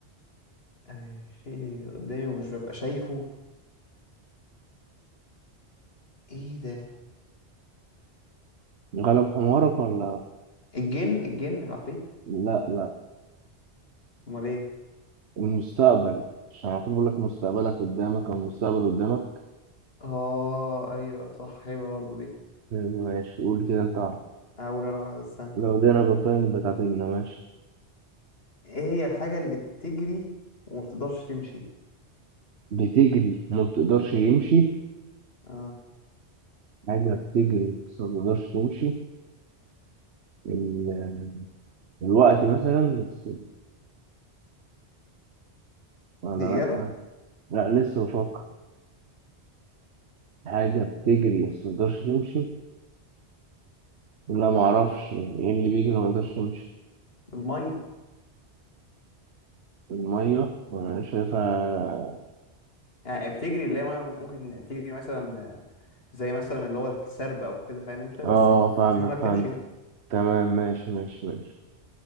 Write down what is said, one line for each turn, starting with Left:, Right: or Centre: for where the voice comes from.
Left: آه، الشيء اللي بيبقى قدامي ومش ببقى شايفه ايه ده
Right: غلب حمارك ولا
Left: الجن الجن العفريت
Right: لا لا
Left: امال ايه
Right: المستقبل عشان على طول بقول لك مستقبلك قدامك او المستقبل قدامك
Left: اه ايوه صح حلوه برضه دي
Right: ماشي قول كده انت واحد.
Left: اقول انا واحده استنى
Right: لو دينا جبتها نبقى تعادلنا ماشي
Left: ايه هي الحاجه اللي بتجري وما بتقدرش تمشي
Right: بتجري وما بتقدرش يمشي
Left: اه
Right: حاجة بتجري بس ما بقدرش تمشي ال- الوقت مثلا بس ولا
Left: دي اجابه
Right: لأ لأ لسه بفكر حاجة بتجري بس ما بقدرش تمشي لا معرفش ايه اللي بيجري ما بقدرش يمشي
Left: الميه
Right: المية أنا شايفها
Left: يعني بتجري اللي هي ميه ممكن تجري مثلا آه، زي مثلا اللي هو السرب او كده فاهم انت بس
Right: اه
Left: ما ما
Right: فاهمك
Left: فيش ميه بتمشي
Right: فهمت
Left: يعني
Right: تمام ماشي ماشي ماشي